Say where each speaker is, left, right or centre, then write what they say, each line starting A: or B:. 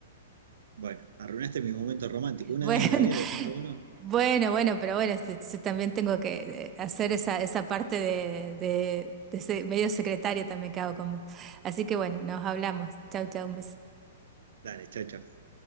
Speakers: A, on the right; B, on the right.
A: Bueno, arruinaste mi momento romántico. Una
B: Bueno,
A: vez
B: <laughs>
A: en la vida que tengo uno.
B: bueno, bueno, pero bueno, este, yo también tengo que eh, hacer esa, esa parte de, de, de ese medio secretario también que hago con vos. Así que bueno, nos hablamos. Chau, chau, un beso.
A: Dale, chao, chao.